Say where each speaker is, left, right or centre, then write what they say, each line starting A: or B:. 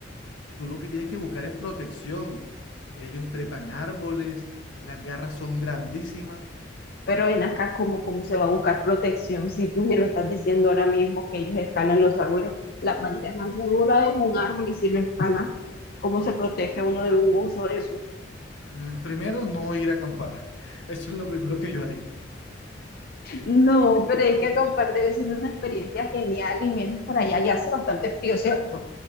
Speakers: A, on the left (about 80°); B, on the left (about 55°).
A: tú lo que tienes que buscar es protección, ellos trepan árboles, las garras son grandísimas,
B: pero ven acá, ¿cómo, cómo se va a buscar protección si tú me lo estás diciendo ahora mismo que ellos escalan los árboles? La manera más segura es un árbol y si lo escalan, ¿cómo se protege uno de un oso de eso?
A: Mm, Primero, no ir a acampar. <laughs> Eso es lo primero que yo haría. Sí.
B: No, pero es que acampar debe ser una experiencia genial y menos por allá ya hace bastante frío, ¿cierto?